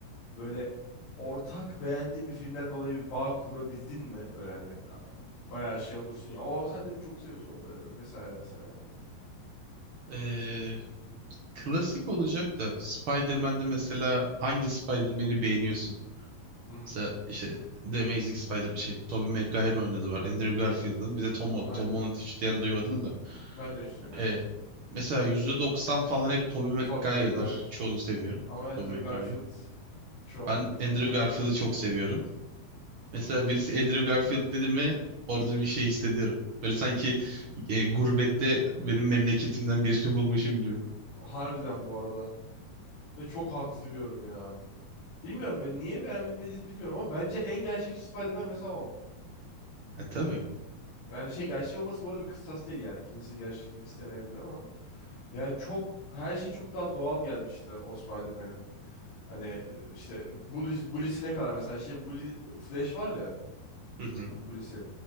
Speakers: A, on the left; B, on the right.
A: böyle ortak beğendiğin bir filmden dolayı bir bağ kurabildin mi? Böyle hani a- bayağı şey olursun ya. O sen de mi çok seviyorsun onu?" vesaire vesaire.
B: Ee, klasik olacak da Spider-Man'de mesela hangi Spider-Man'i beğeniyorsun?
A: Hı hı.
B: Mesela işte The Amazing Spider-Man şey Tobey Maguire'ın oynadığı var. Andrew Garfield'ın. Bir de Tom Holland.
A: Aynen.
B: Tom Holland'ı hiç diyen duymadım da.
A: Ben de hiç duymadım.
B: E, mesela %90 falan hep Tobey Maguire'dır.
A: Tobey Maguire.
B: Çoğunu seviyorum.
A: Ama Andrew
B: Tobey
A: Garfield
B: Maguire.
A: çok
B: Ben
A: iyi
B: Andrew
A: ya.
B: Garfield'ı çok seviyorum. Mesela
A: Hı.
B: birisi Andrew Garfield dedi mi orada bir şey hissediyorum. Böyle sanki e, gurbette benim memleketimden birini <laughs> bulmuşum gibi.
A: Harbiden bu arada. Ve çok haklı bir yorum ya. Bilmiyorum böyle niye beğenmediğini bilmiyorum ama bence en gerçekçi Spider-Man mesela o.
B: E tabii.
A: Yani şey gerçek olması bu arada bir kıstas değil yani. Kimisi gerçeklik istemeyebilir ama yani çok her şey çok daha doğal gelmişti o Spider-Man'in. Hani e, işte Bully, Bully'sine kadar mesela şey Bully Flash var ya
B: Hı hı.
A: Bully'si.